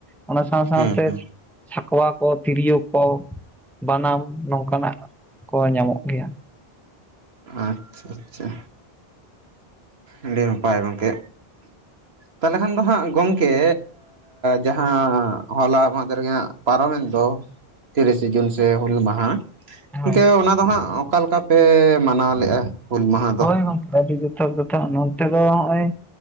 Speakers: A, in the centre; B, on the right.
A: ᱚᱱᱟ ᱥᱟᱶ ᱥᱟᱶᱛᱮ
B: ᱦᱩᱸ ᱦᱩᱸ
A: ᱥᱟᱠᱣᱟ, ᱠᱚ ᱛᱤᱨᱭᱳ, ᱠᱚ ᱵᱟᱱᱟᱢ ᱱᱚᱝᱠᱟᱱᱟᱜ ᱠᱚ ᱧᱟᱢᱚᱜ ᱜᱮᱭᱟ᱾
B: ᱟᱪᱪᱷᱟ ᱟᱪᱪᱷᱟ ᱟᱹᱰᱤ ᱱᱟᱯᱟᱭ ᱜᱚᱝᱠᱮ
A: <inaudible>
B: ᱛᱟᱦᱞᱮ ᱠᱷᱟᱱ ᱫᱚ ᱦᱟᱸᱜ ᱜᱚᱝᱠᱮ ᱡᱟᱦᱟᱸ ᱦᱚᱞᱟ ᱢᱟᱸᱫᱮᱨ ᱦᱟᱸᱜ ᱯᱟᱨᱚᱢᱮᱱ ᱫᱚ ᱛᱤᱨᱤᱥᱮ ᱡᱩᱱ ᱥᱮ ᱦᱩᱞ ᱢᱟᱦᱟ
A: ᱦᱳᱭ
B: ᱤᱠᱷᱟᱱ ᱚᱱᱟ ᱫᱚ ᱦᱟᱸᱜ ᱚᱠᱟ ᱞᱮᱠᱟ ᱯᱮ ᱢᱟᱱᱟᱣ ᱞᱮᱫᱼᱟ᱾ ᱦᱩᱞ ᱢᱟᱦᱟ ᱫᱚ
A: ᱦᱳᱭ ᱜᱚᱝᱠᱮ ᱟᱹᱰᱤ ᱡᱚᱛᱷᱟᱛ ᱠᱟᱛᱷᱟ ᱱᱚᱱᱛᱮ ᱫᱚ ᱱᱚᱜᱼᱚᱭ